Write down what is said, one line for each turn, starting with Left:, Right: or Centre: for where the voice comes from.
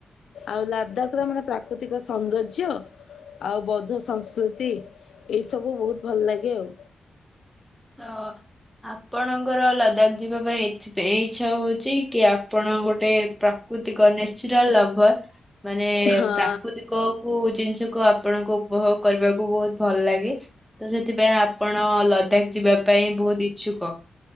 Left: ଆଉ ଲାଦାଖ ର ମାନେ ପ୍ରାକୃତିକ ସୌନ୍ଦର୍ଯ୍ୟ? ଆଉ ବୌଦ୍ଧ ସଂସ୍କୃତି ଏସବୁ ବହୁତ ଭଲ ଲାଗେ ଆଉ।
Centre: ତ ଆପଣଙ୍କର ଲଦାଖ ଯିବା ପାଇଁ ଏତ ସେଥିପାଇଁ ଇଛା ହଉଛି କି ଆପଣ ଗୋଟେ ପ୍ରାକୃତିକ ନନ୍ୟଚୁରାଲ ଲଭର ମାନେ
Left: ହଁ।
Centre: ପ୍ରାକୃତିକ କଉ ଜିନିଷକୁ ଆପଣଙ୍କୁ ଉପଭୋଗ କରିବାକୁ ବହୁତ ଭଲ ଲାଗେ। ତ ସେଥିପାଇଁ ଆପଣ ଲଦାଖ ଯିବା ପାଇଁ ବହୁତ ଇଛୁକ।